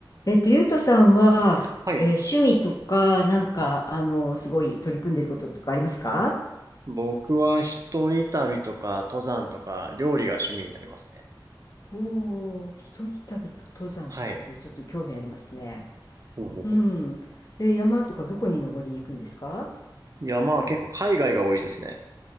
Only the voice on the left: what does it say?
えっと、ゆうとさんは、
えー趣味とか、なんか、あの、すごい取り組んでることとかありますか
おお、一人旅と登山ってすごいちょっと興味ありますね。
うん。え、山とかどこに登りに行くんですか